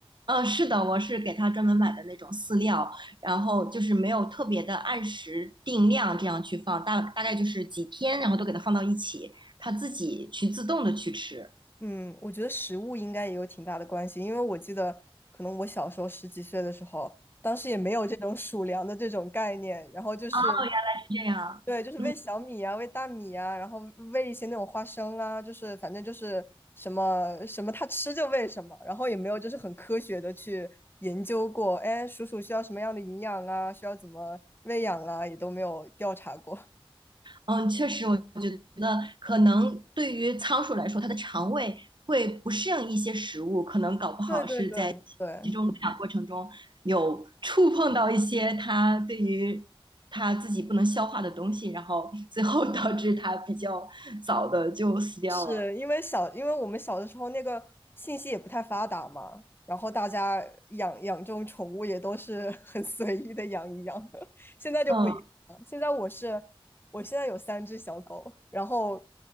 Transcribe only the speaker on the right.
嗯，是的，我是给他专门买的那种饲料，然后就是没有特别的按时定量这样去放，大大概就是几天，然后都给他放到一起，他自己去自动的去吃
啊，是这样，
嗯。
嗯，确实，我觉得可能对于仓鼠来说，它的肠胃会不适应一些食物，可能搞不好是在集中喂养过程中有触碰到一些它对于它自己不能消化的东西，
然后 <laughs> 最后导致它比较早的就死掉了。
嗯，